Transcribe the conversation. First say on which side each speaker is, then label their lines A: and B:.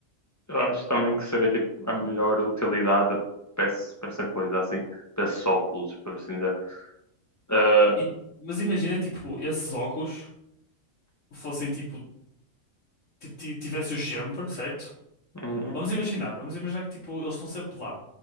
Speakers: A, on the left (about 25°); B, on the left (about 70°).
A: Eu acho também que seria tipo a melhor utilidade para esse- para essa coisa, assim, para esses óculos, por assim dizer. Ah,
B: E- mas imagina que tipo, esses óculos fossem tipo, tipo ti- tivesse-os sempre, certo?
A: uhum,
B: Vamos imaginar, vamos imaginar que tipo, eles estão sempre lá,